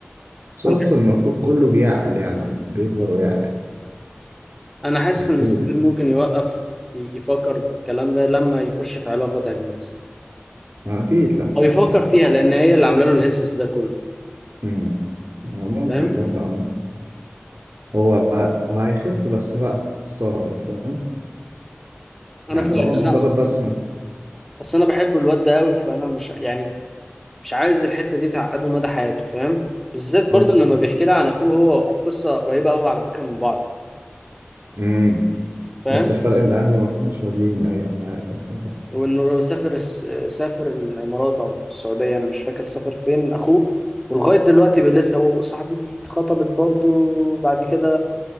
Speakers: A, on the right; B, in the centre.
A: بس أصلا
B: انا
A: المفروض كله بيعقل يعني بيكبر ويعقل
B: انا حاسس
A: المفروض
B: ان سمير
A: يعني.
B: ممكن يوقف ي- يفكر في الكلام ده لما يخش في علاقه تانيه مثلا
A: أكيد لما
B: او يفكر
A: يحب واحدة
B: فيها
A: تاني
B: لان هي اللي عامله له الهسس ده كله
A: أمم. هو ممكن
B: فاهم
A: برضه عم هو هو هيخف بس وقت الصبر فاهم
B: انا
A: يعني
B: فاهم
A: هو مجرد
B: انا اصلا
A: بس ما-
B: اصل انا بحب الواد ده قوي فانا مش يعني مش عايز الحته دي تعقده مدى حياته فاهم بالذات
A: بالظبط
B: برضو لما بيحكي لي عن اخوه هو واخوه قصه قريبه قوي على فكره من بعض
A: أمم.
B: فاهم
A: بس الفرق إن أهلي ما كانوش راضيين أيوة أنا عارف الحمد
B: وانه سافر الس- سافر الامارات او السعوديه انا مش فاكر سافر فين اخوه ولغايه دلوقتي بيلسع وصاحبته دي اتخطبت برضو بعد كده